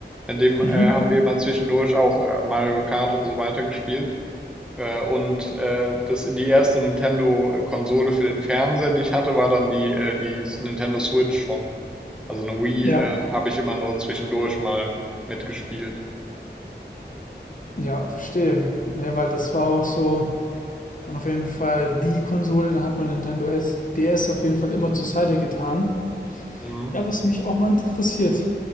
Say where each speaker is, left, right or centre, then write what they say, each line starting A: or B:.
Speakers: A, in the centre; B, on the left.
A: Mit dem, äh,
B: Mhm.
A: haben wir immer zwischendurch auch, äh, Mario Kart und so weiter gespielt. Äh, und äh, das, die erste Nintendo-Konsole für den Fernseher, die ich hatte, war dann die, äh, die S- Nintendo Switch schon. Also eine Wii
B: Ja,
A: äh, habe ich immer nur zwischendurch mal mitgespielt.
B: ja, verstehe. Ne, weil das war auch so, dann auf jeden Fall die Konsole, dann hat man Nintendo S, DS auf jeden Fall immer zur Seite getan.
A: Mhm.
B: Ja, was mich auch mal interessiert,